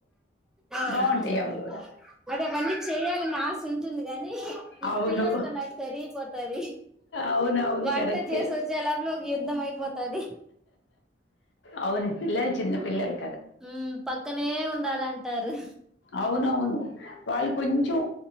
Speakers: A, in the centre; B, on the left.
A: అ
B: బాగుంటాయి
A: అవును
B: అవి కూడా
A: బట్ అవన్నీ చెయాలని ఆశ ఉంటుంది కాని ఈ
B: అవును
A: పిల్లలతో నాకు సరిగిపోతది
B: అవునవును
A: వంట
B: కరెక్టే.
A: చేసి వచ్చేలోపలో ఒక యుద్ధం అయిపోతది
B: అవును పిల్లలు చిన్న పల్లలు
A: ఉ పక్కనే ఉండాలంటారు
B: అవునవును వాళ్ళు కొంచెం